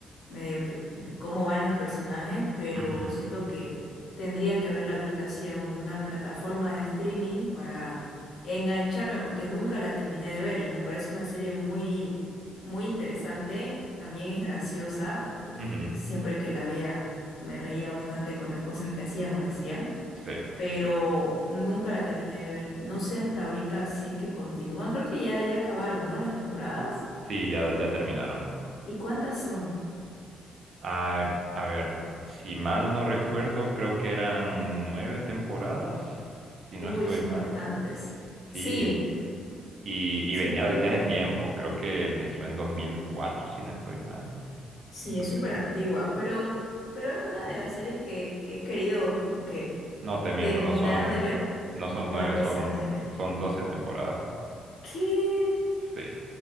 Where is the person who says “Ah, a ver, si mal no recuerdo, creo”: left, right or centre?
Right